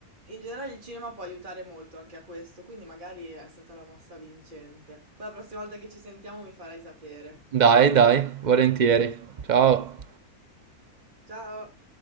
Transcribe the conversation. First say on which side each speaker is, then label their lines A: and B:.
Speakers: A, on the right; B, on the right.
A: In generale il cinema può aiutare molto anche a questo, quindi magari è stata la mossa vincente. Poi la prossima volta che ci sentiamo mi farai sapere.
B: Dai, dai, volentieri. Ciao.
A: Ciao!